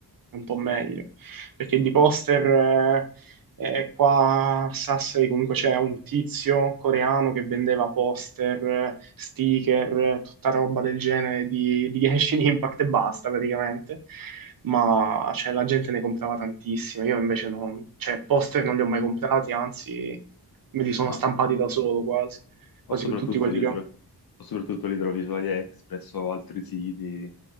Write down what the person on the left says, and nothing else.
Eh,
ah,
o
soprattutto
li,
tro-
o soprattutto li trovi su AliExpress o altri siti